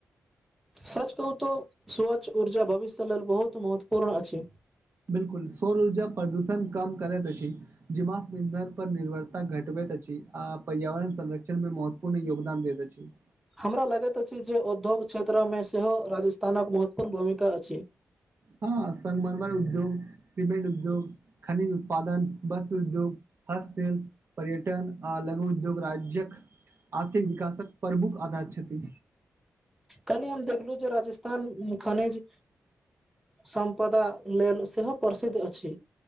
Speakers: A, in the centre; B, on the right.
A: सच कहूं तो स्वच्छ ऊर्जा भविष्य लेल बहुत महत्वपूर्ण अछि।
B: बिल्कुल सौर ऊर्जा प्रदूषण कम करैत अछि। जीवाश्म ईंधन पर निर्भरता घटबैत अछि आ पर्यावरण संरक्षण मे महत्व पूर्ण योगदान दैत अछि
A: हमरा लागैत अछि जे उद्योग क्षेत्रमे सेहो राजस्थानक महत्वपूर्ण भूमिका अछि।
B: हँ संगमरमर उद्योग, सिमेंट उद्योग खनिज उत्पादन, वस्त्र उद्योग हस्त शिल्प, पर्यटन आ लघु उद्योग राज्यक आर्थिक विकासक प्रमुख आधार छथि।
A: कलहि हम देखलहु जे राजस्थान खनिज सम्पदा लेल से हो प्रसिद्ध अछि।